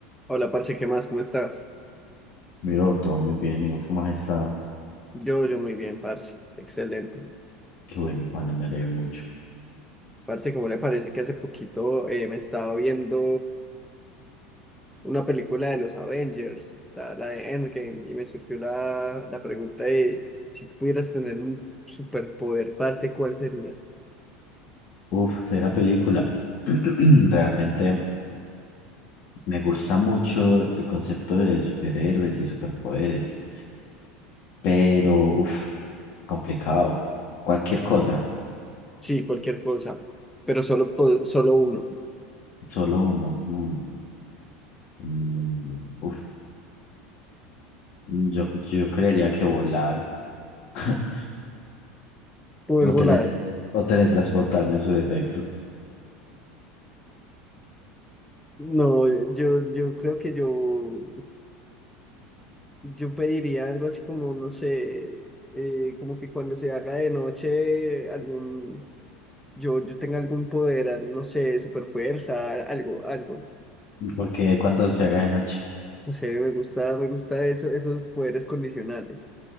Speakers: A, in the centre; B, on the left.
A: Hola, parce, ¿qué más? ¿Cómo estás?
B: Miro, todo muy bien. ¿Y vos cómo has estado?
A: Yo, yo muy bien, parce. Excelente.
B: Qué bueno, Juana, me alegro mucho.
A: Parce, ¿cómo le parece que hace poquito eh, me estaba viendo una película de los Avengers, la, la de Endgame, y me surgió la, la pregunta de si tú pudieras tener un superpoder, parce, ¿cuál sería?
B: Uf, será película. <clears throat> Realmente me gusta mucho el concepto de superhéroes y superpoderes, pero uf, complicado. Cualquier cosa,
A: Sí, cualquier cosa, pero solo, po- solo uno.
B: solo uno. Mm, mm, uf, yo, yo creería que volar <laughs>
A: Poder
B: o,
A: volar.
B: tele, o teletransportarme en su defecto,
A: No, yo, yo creo que yo Yo pediría algo así como, no sé, eh, como que cuando se haga de noche, algún, yo, yo tenga algún poder, al- no sé, super fuerza, algo, algo.
B: porque cuando se haga de noche.
A: No sé, me gusta, me gusta eso, esos poderes condicionales.